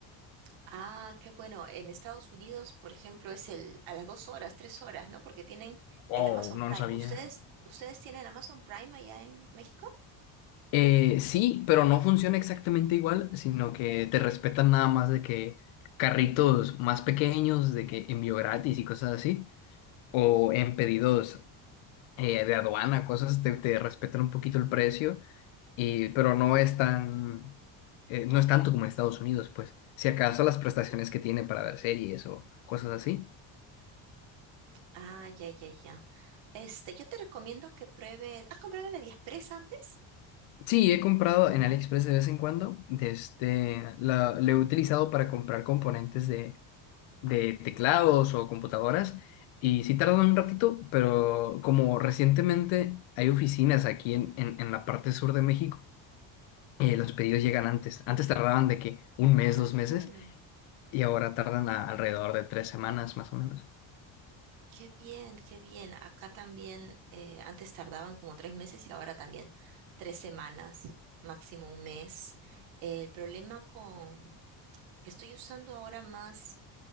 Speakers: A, on the right (about 80°); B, on the left (about 80°).
A: Ah, qué bueno. En Estados Unidos, por ejemplo, es el a las dos horas, tres horas, ¿no? Porque tienen
B: Wow,
A: el Amazon
B: no
A: Prime.
B: lo sabía.
A: ¿Ustedes, ustedes tienen Amazon Prime allá en México?
B: Eh, sí, pero no funciona exactamente igual, sino que te respetan nada más de que carritos más pequeños, de que envío gratis y cosas así, o en pedidos eh, de aduana, cosas, te, te respetan un poquito el precio, y, pero no es tan, eh, no es tanto como en Estados Unidos, pues, si acaso las prestaciones que tiene para ver series o cosas así.
A: Ah, ya, ya, ya. Este, yo te recomiendo que pruebes. ¿Has comprado en AliExpress antes?
B: Sí, he comprado en AliExpress de vez en cuando, desde la, lo he utilizado para comprar componentes de, de teclados o computadoras, y sí tardan un ratito, pero como recientemente hay oficinas aquí en, en, en la parte sur de México, eh, los pedidos llegan antes. Antes tardaban de que un mes,
A: Ah,
B: dos
A: qué
B: meses,
A: bueno.
B: y ahora tardan a- alrededor de tres semanas más o menos.
A: Qué bien, qué bien. Acá también eh, antes tardaban como tres meses y ahora también tres semanas, máximo un mes. Eh, el problema con que estoy usando ahora más